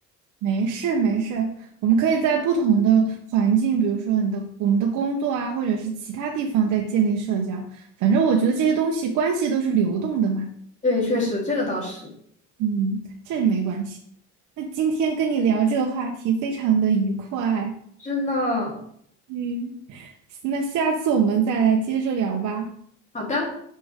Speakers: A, on the right; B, on the left.
A: 没事没事，我们可以在不同的环境，比如说你的我们的工作啊，或者是其他地方在建立社交，反正我觉得这些东西关系都是流动的嘛。
B: 对，确实，这个倒是。
A: 嗯，这没关系。那今天跟你聊这个话题非常的愉快，
B: 真的。
A: 嗯，<laughs> 那下次我们再来接着聊吧。
B: 好的。